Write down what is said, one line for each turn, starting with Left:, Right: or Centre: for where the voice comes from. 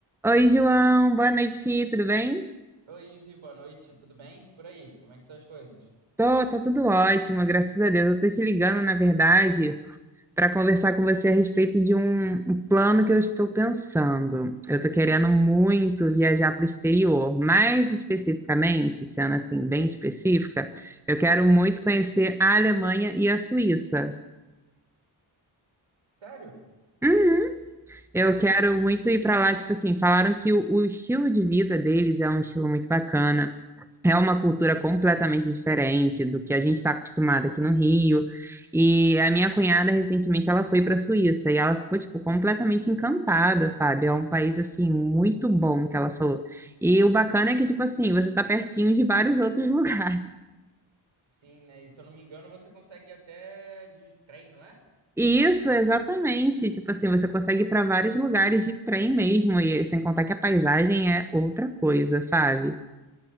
Centre: Oi, João, boa noite, tudo bem?
Right: Oi, Ivi, boa noite, tudo bem? Por aí, como é que estão as coisas?
Centre: Tô, tá tudo ótimo, graças a Deus. Eu tô te ligando, na verdade, para conversar com você a respeito de um, um plano que eu estou pensando. Eu tô querendo muito viajar para o exterior, mais especificamente, sendo assim bem específica, eu quero muito conhecer a Alemanha e a Suíça.
Right: Sério?
Centre: Uhum. Eu
Right: Eu...
Centre: quero muito ir para lá, tipo assim, falaram que o, o estilo de vida deles é um estilo muito bacana. É uma cultura completamente diferente do que a gente está acostumado aqui no Rio. E a minha cunhada, recentemente, ela foi para a Suíça e ela ficou, tipo, completamente encantada, sabe? É um país, assim, muito bom, que ela falou. E o bacana é que, tipo assim, você está pertinho de vários outros <laughs> lugares.
Right: Sim, né? E se eu não me engano, você consegue ir até de trem, não é?
Centre: E Isso, exatamente. Tipo assim, você consegue ir para vários lugares de trem mesmo, e sem contar que a paisagem é outra coisa, sabe?